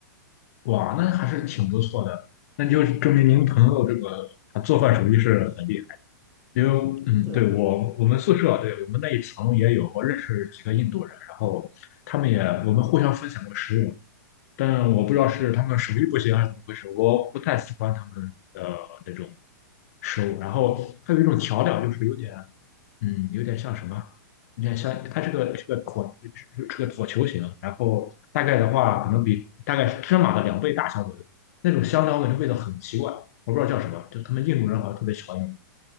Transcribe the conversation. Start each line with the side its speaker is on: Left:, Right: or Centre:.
Left: 哇，那还是挺不错的，那就证明您朋友这个他做饭手艺是很厉害。因为，
Right: 是是啊，
Left: 嗯，对，我我们宿舍啊，对我们那一层也有，我认识几个印度人，然后他们也我们互相分享过食物，但我不知道是他们手艺不行还是怎么回事，我不太喜欢他们的那种食物。然后还有一种调料，就是有点。嗯，有点像什么？有点像它是个是个椭是个椭球形，然后大概的话，可能比大概是芝麻的两倍大小左右。那种香料我感觉味道很奇怪，我不知道叫什么，就他们印度人好像特别喜欢用。